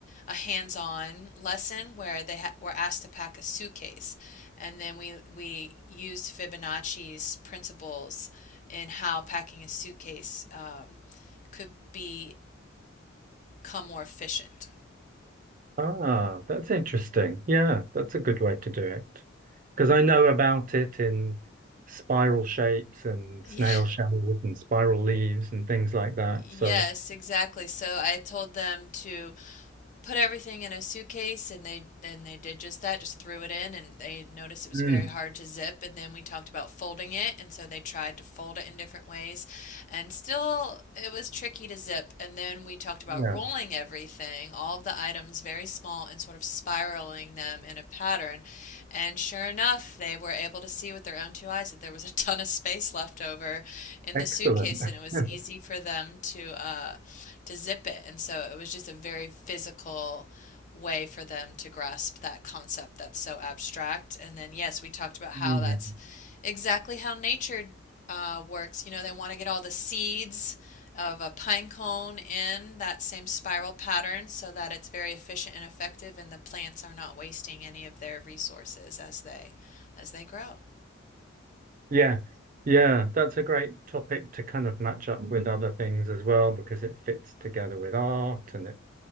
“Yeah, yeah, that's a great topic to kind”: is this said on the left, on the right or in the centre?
Right